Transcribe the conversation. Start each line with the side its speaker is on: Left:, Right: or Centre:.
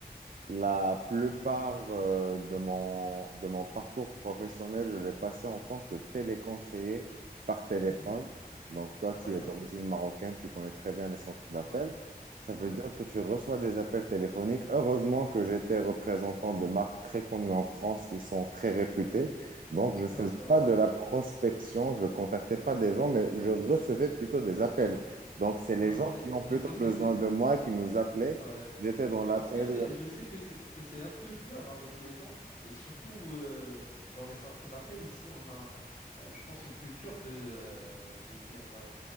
Right: La plupart euh, de mon, de mon parcours professionnel, je l'ai passé en tant que téléconseiller par téléphone.
Left: Mhm.
Right: Donc, toi, tu
Left: D'accord.
Right: es d'origine marocaine, tu connais très bien les centres d'appel.
Left: Ouais.
Right: Ça veut
Left: Ouais.
Right: dire que tu reçois des appels téléphoniques. Heureusement que j'étais représentant de marques très connues en France qui sont très réputées. Donc, je
Left: D'accord.
Right: ne faisais pas de la prospection, je ne contactais pas des gens, mais je recevais plutôt des appels.
Left: Ouais.
Right: Donc, c'est les
Left: Non, non,
Right: gens
Left: mais
Right: qui ont
Left: je
Right: plutôt
Left: sais que
Right: besoin
Left: c'est.
Right: de moi qui nous appelaient.
Left: Ouais.
Right: J'étais dans l'appel,
Left: Parce que c'est, je sais que c'est que c'est un peu dur avec les gens. Et surtout euh, dans les centres d'appel, ici, on a, euh, je pense, une culture de, euh, je vais dire, euh,